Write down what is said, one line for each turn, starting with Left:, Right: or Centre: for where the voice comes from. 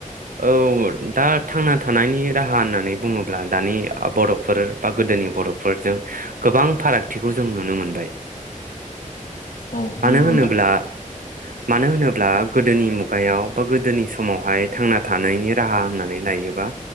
Right: औ दा थांना थानायनि राहा होननानै बुङोब्ला दानि बर'फोर बा‌ गोदोनि बर'फोरजों गोबां फारागथिखौ जों नुनो मोनबाय
Left: औ
Right: मानो
Left: नोंगौ
Right: होनोब्ला
Left: नोंथां
Right: मानो होनोब्ला गोदोनि मुगायाव बा गोदोनि समावहाय थांना थानायनि राहा होननानै लायोबा